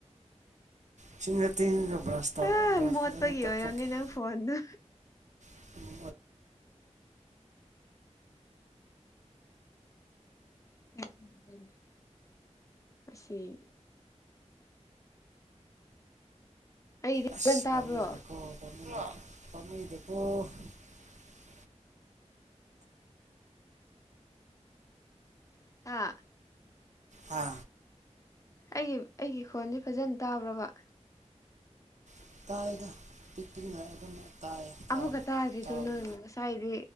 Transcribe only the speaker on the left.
ꯑ
ꯃꯣꯄꯒꯤ
ꯑꯣꯏꯔꯝꯅꯤ
ꯅꯪ
ꯐꯣꯟꯗꯨ
<unintelligible> ꯑꯁꯤ ꯑꯩꯒꯤꯗꯤ
ꯐꯖꯅ ꯇꯥꯕ꯭ꯔꯣ
ꯑꯥ
ꯑꯩꯒꯤ ꯑꯩꯒꯤ ꯈꯣꯟꯗꯤ ꯐꯖꯅ ꯇꯥꯕ꯭ꯔꯕ
ꯑꯃꯨꯛꯀ ꯇꯥꯗ꯭ꯔꯤꯗꯨ
ꯅꯪ ꯉꯁꯥꯏꯗꯤ